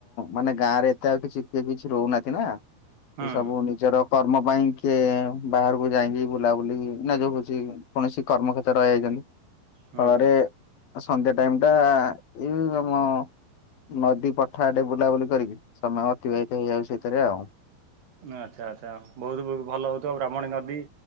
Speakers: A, on the left; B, on the right.
A: ମାନେ ଗାଁରେ ଏତେ ଆଉ କିଛି କିଏ କିଛି ରହୁନାହାନ୍ତି ନାଁ। ତ
B: ହୁଁ
A: ସବୁ ନି ନିଜର କର୍ମ ପାଇଁ କିଏ ବାହାରକୁ ଯାଇକି ବୁଲାବୁଲି ନା ଯୋଉ ହଉଛି କୌଣସି କର୍ମକ୍ଷେତ୍ରରେ ରହିଯାଇଚନ୍ତି।
B: ହୁଁ।
A: ଫଳରେ ସନ୍ଧ୍ୟା ଟାଇମଟା ଏଇ ଆମ ନଦୀ ପଠା ଆଡ଼େ ବୁଲାବୁଲି କରିକି ସମୟ ଅତିବାହିତ ହେଇଯାଉଚି ସେଇଥିରେ ଆଉ।
B: ନାଁ ଆଚ୍ଛା ଆଚ୍ଛା ବହୁତ ଭଲ ହଉଥିବ ବ୍ରାହ୍ମଣୀ ନଦୀ।